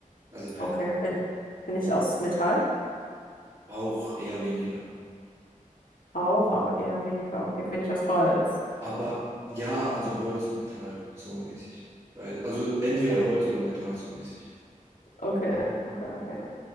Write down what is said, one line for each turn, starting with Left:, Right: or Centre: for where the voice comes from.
Right: Also nein,
Left: Okay. Bin, bin ich aus Metall?
Right: auch eher weniger.
Left: Auch, aber eher weniger. Okay. Bin ich aus Holz?
Right: Aber ja, also Holz, Metall, so mäßig. Weil, also entweder
Left: Okay.
Right: Holz oder Metall, so mäßig.
Left: Okay, okay, okay.